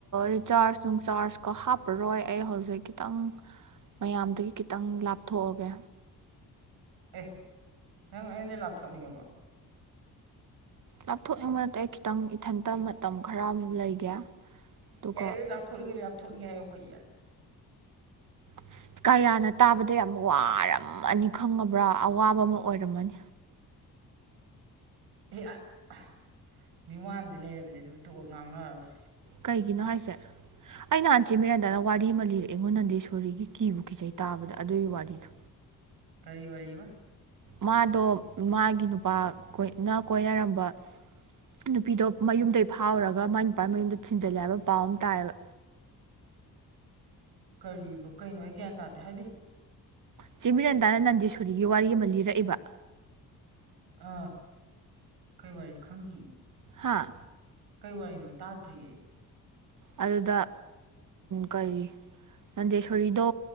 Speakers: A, on the right (about 50°); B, on the right (about 75°).
A: ꯔꯤꯆꯥꯔꯖ ꯅꯨꯡꯆꯥꯔꯖꯀꯣ ꯍꯥꯞꯄꯔꯣꯏ ꯑꯩ ꯍꯧꯖꯤꯛ ꯈꯤꯇꯪ ꯃꯌꯥꯝꯗꯒꯤ ꯈꯤꯇꯪ ꯂꯥꯞꯊꯣꯛꯑꯒꯦ
B: ꯑꯦ ꯅꯪ ꯑꯩꯉꯣꯟꯗꯩ ꯂꯥꯞꯊꯣꯛꯅꯤꯡꯉꯕ
A: ꯂꯥꯞꯊꯣꯛꯅꯤꯡꯕ ꯅꯠꯇꯦ ꯑꯩ ꯈꯤꯇꯪ ꯏꯊꯟꯇ ꯃꯇꯝ ꯈꯔ ꯑꯃꯨꯛ ꯂꯩꯒꯦ ꯑꯗꯨꯒ
B: ꯌꯥꯏꯌꯦ ꯂꯥꯛꯞꯊꯣꯛꯅꯤꯡꯉꯗꯤ ꯂꯥꯞꯊꯣꯛꯅꯤꯡꯉꯦ ꯍꯥꯏꯌꫭ ꯑꯩꯈꯣꯏ ꯌꯥꯏ
A: ꯑꯁ ꯀꯥꯂꯤꯌꯥꯅ ꯇꯥꯕꯗ ꯌꯥꯝ ꯋꯥꯔꯝꯃꯅꯤ ꯈꯪꯉꯕ꯭ꯔꯥ ꯑꯋꯥꯕ ꯑꯃ ꯑꯣꯏꯔꯝꯃꯅꯤ
B: ꯑꯦ ꯃꯤ ꯋꯥꯗꯤ ꯂꯩꯔꯕꯅꯦ ꯑꯗꯨꯕꯨ ꯇꯣꯛꯑꫭ ꯉꯥꯡꯅꯔꯔꫭꯏꯁꯤ
A: ꯀꯩꯒꯤꯅꯣ ꯍꯥꯏꯁꯦ ꯑꯩ ꯅꯍꯥꯟꯆꯦ ꯃꯤꯔꯟꯗꯥꯗ ꯋꯥꯔꯤ ꯑꯃ ꯂꯤꯔꯛꯑꯦ ꯑꯩꯉꯣꯟ ꯅꯟꯗꯦꯁꯣꯔꯤꯒꯤ ꯀꯤꯕꯨ ꯀꯖꯩ ꯇꯥꯕꯗ ꯑꯗꯨꯒꯤ ꯋꯥꯔꯤꯗꯣ
B: ꯀꯔꯤ ꯋꯥꯔꯤꯕ
A: ꯃꯥꯗꯣ ꯃꯥꯒꯤ ꯅꯨꯄꯥ ꯀꯣꯏꯅ ꯀꫭꯏꯅꯔꯝꯕ ꯅꯨꯄꯤꯗꯣ ꯃꯌꯨꯝꯗꯩ ꯐꯥꯎꯔꯒ ꯃꯥꯏ ꯅꯨꯄꯥ ꯃꯌꯨꯝꯗ ꯊꯤꯟꯖꯜꯂꯦ ꯍꯥꯏꯕ ꯄꯥꯎ ꯑꯃ ꯇꯥꯏꯌꯦꯕ
B: ꯀꯔꯤꯕ ꯀꯩꯅꯣ ꯑꯩ ꯒ꯭ꯌꯥꯟ ꯇꯥꯗꯦ ꯍꯥꯏꯗꯤ
A: ꯆꯦꯃꯤꯔꯟꯗꯥꯅ ꯅꯟꯗꯦꯁꯣꯔꯤꯒꯤ ꯋꯥꯔꯤ ꯑꯃ ꯂꯤꯔꯛꯏꯕ
B: ꯑꯥ ꯀꯩ ꯋꯥꯔꯤ ꯈꯪꯗꯤꯌꯦ
A: ꯍꯥꯥ
B: ꯀꯩ ꯋꯥꯔꯤꯅꯣ ꯇꯥꯗ꯭ꯔꯤꯑꯦ ꯑꯩ
A: ꯑꯗꯨꯗ ꯀꯔꯤ ꯅꯟꯗꯦꯁꯣꯔꯤꯗꯣ